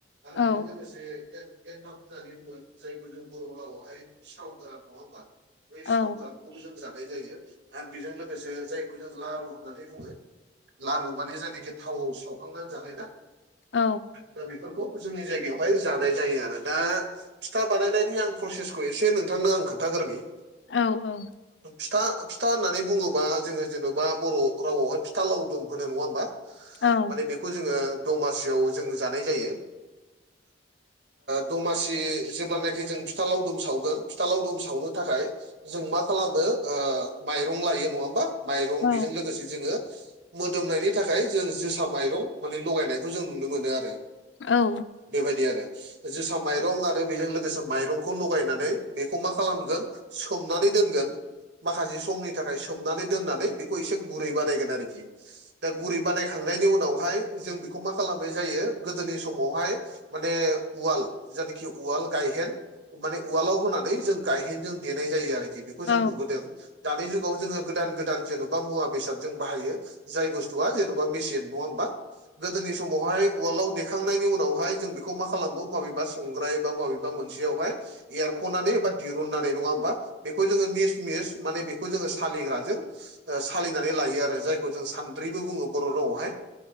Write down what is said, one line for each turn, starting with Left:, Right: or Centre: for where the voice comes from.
Right: आरो
Left: औ
Right: बेजों लोगोसे <unintelligible> होननानै बुङो जायखौ जों बर' रावावहाय स्रावगोरा नङा होमबा। बै
Left: औ
Right: साव गोरानखौबो जों जानाय जायो आरो बेजों लोगोसे जायखौ जों लारु होननानै बुङो। लारु माने जायनाखि थावाव सौखांनानै जाखायो ना
Left: औ
Right: दा बेफोरखौ जोंनि जायगायावहाय जानाय जायो आरो दा फिथा बानायनायनि आं प्रसेसखौ एसे नोंथांनो आं खोन्थागोरोनि।
Left: औ औ।
Right: फिथा फिथा होननानै बुङोबा जोङो जेन'बा बर' रावावहाय फिथा लावदुम होनो नङा होमबा।
Left: औ
Right: माने बेखौ जोङो दमासियाव जों जानाय जायो। दमासि जेब्लानाखि जों फिथा लावदुम सावगोन फिथा लावदुम सावनो थाखाय जों मा खालामो ओ माइरं लायो नङा होमबा। माइरं
Left: औ
Right: बिजों लोगोसे जोङो मोदोमनायनि थाखाय जों जोसा माइरं माने लगायनायखौ जों नुनो मोनो आरो।
Left: औ।
Right: बेबायदि आरो। जोसा माइरं आरो बेजों लोगोसे माइरंखौ लगायनानै बेखौ मा खालामगोन सोमनानै दोनगोन। माखासे समनि थाखाय सोमनानै दोननानै बेखौ एसे गुरै बानायगोन आरोखि। दा गुरै बानायखांनायनि उनावहाय जों बेखौ मा खालामनाय जायो गोदोनि समावहाय माने उवाल, जानखि उवाल गायहेन माने उवालाव होनानै जों गायहेनजों देनाय जायो आरोखि बेखौ
Left: औ
Right: जों नुबोदों। दानि जुगाव जोङो गोदान गोदान जेन'बा मुवा बेसाद जों बाहायो। जाय बुस्थुआ जेन'बा मेसिन नङा होमबा। गोदोनि समावहाय उवालआव देखांनायनि उनावहाय जों बेखौ मा खालामो माबेबा संग्राय बा माबेबा मोनसेयावहाय एरख'नानै एबा दिरुननानै नङा होमबा बेखौ जोङो मिस मिस माने बे खौ जोङो सालिग्राजों ओ सालिनानै लायो आरो जायखौ जों सानद्रिबो बुङो बर' रावआवहाय।